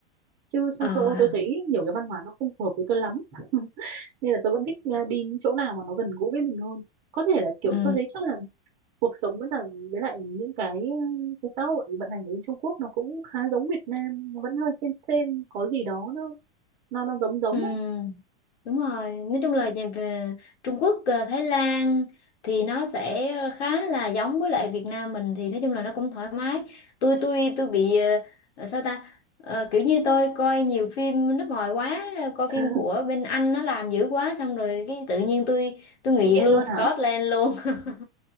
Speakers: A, on the right; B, on the left.
A: chứ sang
B: Ờ.
A: châu Âu tôi thấy nhiều cái văn hóa nó không phù hợp với tôi lắm <laughs> nên là tôi vẫn thích à, đi những chỗ nào mà nó gần gũi với mình hơn có thể là kiểu
B: Ừ.
A: tôi thấy chắc là cuộc sống với lại với lại những cái ừ, cái xã hội vận hành ở bên Trung Quốc nó cũng khá giống Việt Nam nó vẫn hơi xem xem có gì đó nó nó nó giống giống
B: Ừ.
A: á.
B: Đúng rồi. Nói chung là về về Trung Quốc, à, Thái Lan thì nó sẽ khá là giống với lại Việt Nam mình thì nói chung là nó cũng thoải mái. Tôi tôi tôi bị ờ, ờ, sao ta? Ờ, kiểu như tôi coi nhiều phim nước ngoài quá, coi
A: <laughs>
B: phim của bên Anh nó làm dữ quá xong rồi cái tự nhiên tôi tôi nghiện
A: nghiện
B: luôn
A: luôn
B: Scotland
A: hả
B: luôn. <laughs>